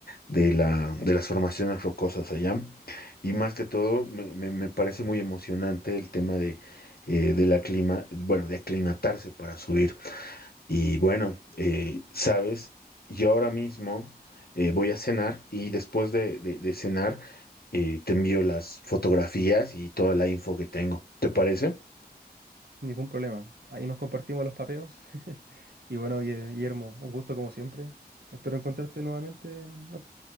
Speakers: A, on the left; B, on the right.
A: de la, de las formaciones rocosas allá. Y más que todo, me, me- me parece muy emocionante el tema de, eh, de la clima, bueno, de aclimatarse para subir. Y bueno, eh, sabes, yo ahora mismo eh, voy a cenar y después de, de- de cenar eh, te envío las fotografías y toda la info que tengo. ¿Te parece?
B: ningún problema. Ahí nos compartimos los papeos. <laughs> Y bueno, Guille- Guillermo, un gusto como siempre. Espero encontrarte nuevamente en ot-